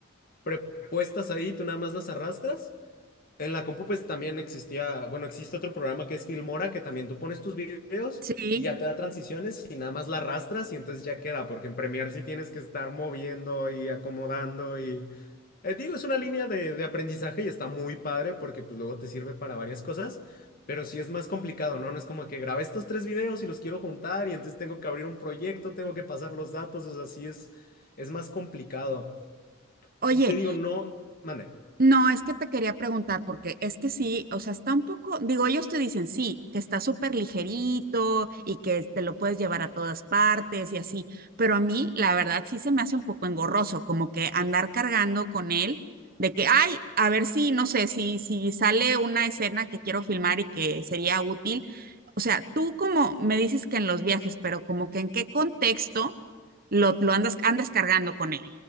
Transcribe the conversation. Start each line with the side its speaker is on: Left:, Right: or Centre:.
Left: prepuestas ahí, tú nada más las arrastras. En la compu pues también existía, bueno, existe otro programa que es Filmora que también tú pones tus videos
Right: Sí,
Left: y ya te da transiciones y nada más la arrastras y entonces ya queda, porque en Premiere sí tienes que estar moviendo y acomodando y eh, digo, es una línea de, de aprendizaje y está muy padre porque pues luego te sirve para varias cosas, pero sí es más complicado, ¿no? No es como que grabé estos tres videos y los quiero juntar y entonces tengo que abrir un proyecto, tengo que pasar los datos, o sea, sí es, es más complicado.
Right: Oye,
Left: Te digo, no, mande.
Right: No, es que te quería preguntar, porque es que sí, o sea, está un poco, digo, ellos te dicen sí, que está súper ligerito y que te lo puedes llevar a todas partes y así, pero a mí, la verdad, sí se me hace un poco engorroso, como que andar cargando con él, de que, ay, a ver si, no sé, si, si sale una escena que quiero filmar y que sería útil. O sea, tú como me dices que en los viajes, pero como que en qué contexto lo, lo andas, andas cargando con él